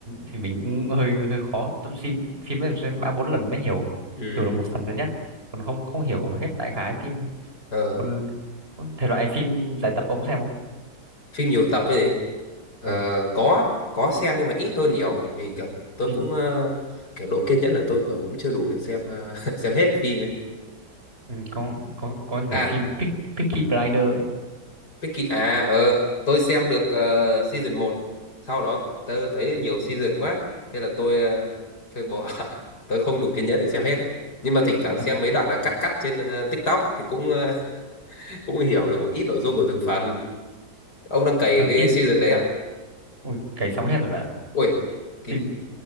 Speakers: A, on the right; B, on the left.
A: thì mình cũng hơi hơi khó tôi phim phim ấy xem ba bốn lần mới hiểu
B: ừ
A: hiểu được một phần rồi nhá còn không không hiểu hết đại khái phim đâu
B: ờ
A: còn thể loại phim giải tập ông có xem không
B: phim nhiều tập ấy nhỉ? ờ,
A: ừ
B: có có xem nhưng mà ít hơn nhiều mà vì kiểu tôi
A: phim
B: cũng ờ, kiểu độ kiên nhẫn của tôi kiểu cũng chưa đủ để xem ờ, <laughs> xem hết phim ấy
A: ừ, có có có điểm
B: à
A: phim Peak- Peaky Blinders ấy
B: Peaky à ờ tôi xem được ờ, season một, sau đó tớ thấy nhiều season quá thế là tôi ờ, tôi bỏ <laughs> tôi không đủ kiên nhẫn để xem hết ấy. Nhưng mà thỉnh thoảng
A: ừ.
B: xem mấy đoạn là cắt cắt trên ờ, TikTok thì cũng ờ, <laughs> cũng hiểu được một ít nội dung của từng phần ông đang cày
A: Ờ,
B: cái
A: phim
B: season đấy à
A: Ui, cày xong hết rồi bạn ạ
B: ui kỳ
A: phim